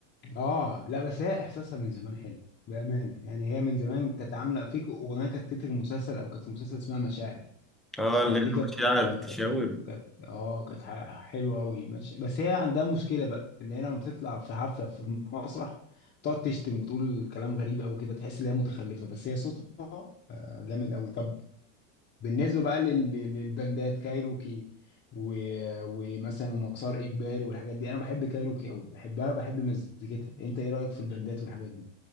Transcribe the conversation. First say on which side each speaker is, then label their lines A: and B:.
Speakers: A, on the left; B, in the centre.
A: اه لا بس هي احساسها من زمان حلو بامانه يعني هي من زمان كانت عامله فيك اغنيه كانت تتر مسلسل او كانت في مسلسل اسمها مشاعر
B: اه اللي
A: آه، دي
B: هي
A: كانت
B: مشاعر
A: آه،
B: تشاور
A: كانت كانت- اه كانت ح- حلوه قوي ماشي بس هي عندها مشكله بقى ان هي لما بتطلع في حفله في مسرح تقعد تشتم وتقول كلام غريب قوي كده تحس ان هي متخلفه بس هي صوتها آه، جامد قوي طب بالنسبة بقى لل- للبندات كايروكي و... ومثلا ومسار إجباري والحاجات دي أنا بحب كايروكي أوي بحبها بحب مزيكتها أنت إيه رأيك في البندات والحاجات دي؟